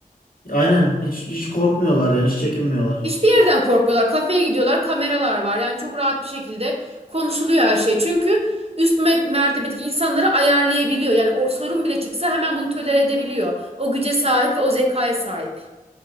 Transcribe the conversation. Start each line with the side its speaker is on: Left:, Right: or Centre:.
Left: Aynen hiç hiç korkmuyorlar yani hiç çekinmiyorlar.
Right: Hiçbir yerden korkmuyorlar. Kafeye gidiyorlar, kameralar var. Yani çok rahat bir şekilde konuşuluyor her şey. Çünkü üst me- mertebedeki insanları ayarlayabiliyor. Yani o sorun bile çıksa hemen bunu tolere edebiliyor. O güce sahip ve o zekaya sahip.